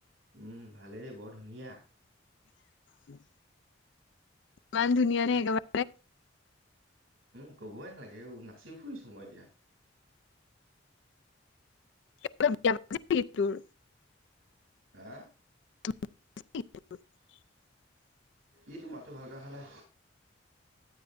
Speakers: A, on the right; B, on the left.
A: উম ভালেই বৰ ধুনীয়া।
B: উম। মানুনীয়া ন একাৰ
A: উম কবই নালাগে নাচি ফুৰিছো মই এতিয়া।
B: অলপয়া তোৰ
A: হা।
B: <unintelligible>
A: ইটো মাতটো ভাল কৰা খালে।